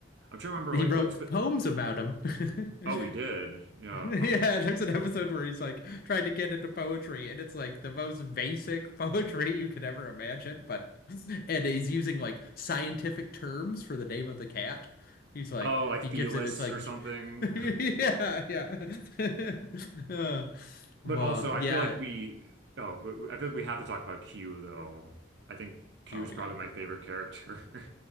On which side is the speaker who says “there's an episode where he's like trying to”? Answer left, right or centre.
Left